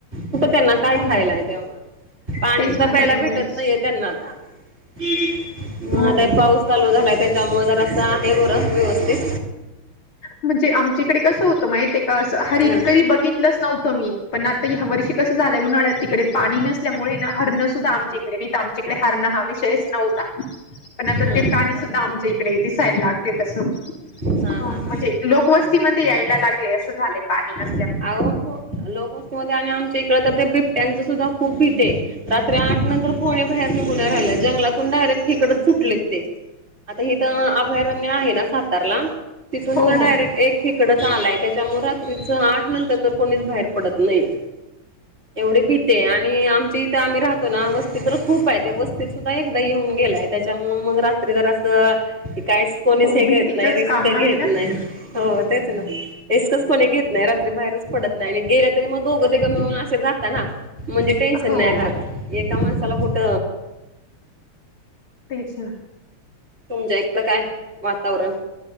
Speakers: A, on the right; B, on the left.
A: कुठं त्यांना काय
B: हो ना
A: खायलाय तेव्हा? पाणी
B: तेच
A: सुद्धा
B: ना
A: प्यायला
B: त्याच्यामुळेच
A: भेटत नाहीये त्यांना आता. <unintelligible> मग
B: हो.
A: आता पाऊस चालू झालाय. त्याच्यामुळे जर असं आहे बरं व्यवस्थित.
B: म्हणजे आमच्याकडे कसं होतं माहित का? हरीण
A: ह
B: कधी बघितलंच नव्हतं मी पण आता ह्या वर्षी कस झालय उन्हाळ्यात तिकडे पाणी नसल्यामुळे हरण सुद्धा आमच्या इकडे तिकडे हरण हा विषयच नव्हता पण आता
A: हा
B: ते पाणी सुद्धा आमचे इकडे दिसायला लागले तस
A: हा हा
B: म्हणजे
A: हा
B: लोकवस्तीमध्येध्ये यायला लागले. असं झाले पाणी न
A: अह हो लोकवस्ती मध्ये आणि आमच्या इकडे तर ते ब बिबट्यांचं सुद्धा खूप भीती आहे. रात्री आठ नंतर कोणे बाहेर निघून नाही राहील. जंगलातून डायरेक्ट ठिकड च पडले ते. आता हे तर अभयारण्य आहे ना सातारला. तिथून
B: हो
A: तर
B: हो
A: डायरेक्ट एक इिकडंच आलाय त्याच्यामुळे रात्रीच आठ नंतर तर कोणीच बाहेर प पडत नाही एवढे भी ते आणि आमच्या इथे आम्ही राहतो ना वस्ती तर खूप आहे ते वस्तीत सुद्धा एकदा येऊन गेलाय त्यांच्यामुळे रात्री अस काही कोणी
B: हो
A: घेत
B: भीतीचंच
A: नाही रिस्क
B: काम
A: घेत
B: आहे ना
A: नाही.
B: ते
A: हो तेच रिस्कच कोणी घेत नाही. बाहेरच पडत नाही आणि गेल्या तरी मग दोघं तीघं मिळून असे जाता ना. म्हणजे टेन्शन
B: हो
A: नाही राहत एका माणसाला कूट
B: तेच ना.
A: तुमच्या इकड काय वातावरण.